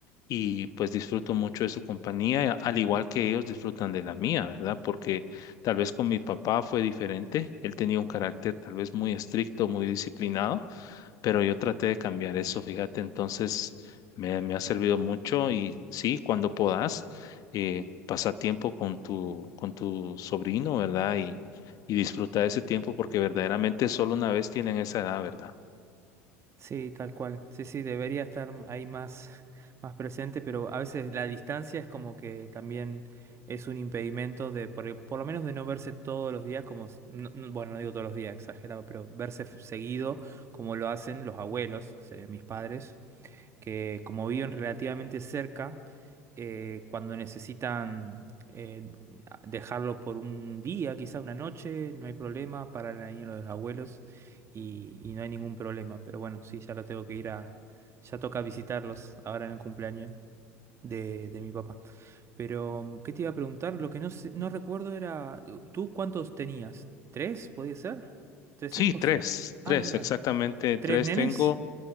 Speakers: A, on the left (about 50°); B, on the right (about 35°).
A: y pues disfruto mucho de su compañía, al igual que ellos disfrutan de la mía, ¿verdad? Porque tal vez con mi papá fue diferente, él tenía un carácter tal vez muy estricto, muy disciplinado, pero yo traté de cambiar eso, fíjate, entonces me, me ha servido mucho y sí, cuando puedas, eh, pasa tiempo con tu, con tu sobrino, ¿verdad? Y, y disfruta de ese tiempo porque verdaderamente solo una vez tienen esa edad, ¿verdad?
B: Sí, tal cual. Sí, sí, debería estar ahí más, <laughs> más presente, pero a veces la distancia es como que también es un impedimento de, por, por lo menos de no verse todos los días, como, s- no- no- bueno, no digo todos los días, exagerado, pero verse f- seguido como lo hacen los abuelos, que serían mis padres, que como viven relativamente cerca, eh, cuando necesitan eh, dejarlo por un día, quizás una noche, no hay problema, paran ahí en lo de los abuelos y, y no hay ningún problema. Pero bueno, sí, ya lo tengo que ir a, ya toca visitarlos ahora en el cumpleaños. De, de mi papá. Pero, ¿qué te iba a preguntar? Lo que no sé- no recuerdo era, ¿tú cuántos tenías? ¿Tres, podía ser? ¿Tres
A: Sí,
B: hijos?
A: tres, tres,
B: Ah, mira.
A: exactamente
B: ¿Tres
A: tres
B: nenes?
A: tengo.